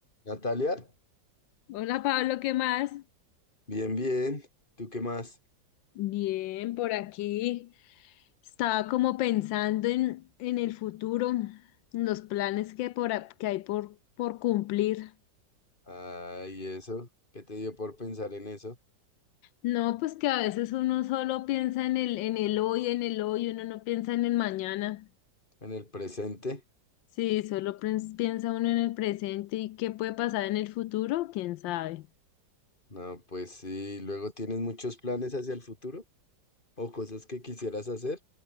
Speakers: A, on the left; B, on the left.
A: Natalia,
B: Hola Pablo, ¿qué más?
A: bien, bien. ¿Tú qué más?
B: Bien, por aquí. Estaba como pensando en, en el futuro, en los planes que, por, a- que hay por, por cumplir.
A: Ay, eso? ¿Qué te dio por pensar en eso?
B: No, pues que a veces uno solo piensa en el, en el hoy, en el hoy, uno no piensa en el mañana.
A: ¿En el presente?
B: Sí, solo pens- piensa uno en el presente y qué puede pasar en el futuro, quién sabe.
A: No, pues sí. ¿Luego tienes muchos planes hacia el futuro? ¿O cosas que quisieras hacer?